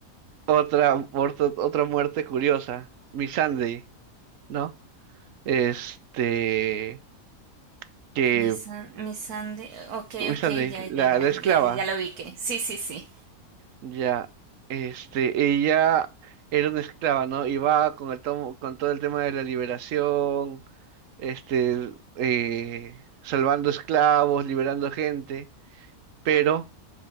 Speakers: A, on the right; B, on the right.
A: Otra, muerto- otra muerte curiosa, Missandei, ¿no? Este, que
B: Mi san, mi sande, ok, ok,
A: esa de
B: ya,
A: la,
B: ya, ya,
A: la esclava,
B: ya, ya, ya lo ubiqué. Sí, sí, sí.
A: ya, este, ella era una esclava, ¿no? Iba con el tomo- con todo el tema de la liberación, este, eh, salvando esclavos, liberando gente, pero